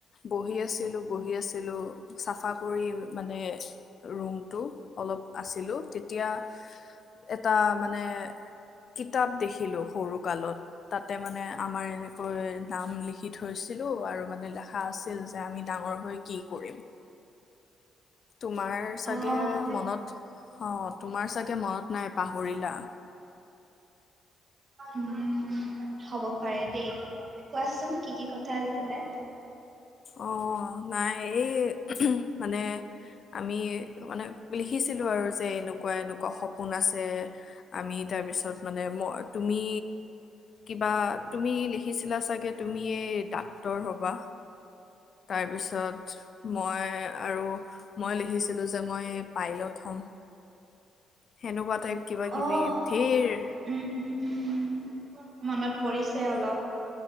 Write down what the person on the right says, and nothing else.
অ',
উম হ'ব পাৰে দেই কোৱাচোন কি কি কথা আছিলে
অ',
উম, উম, উম। মনত পৰিছে অলপ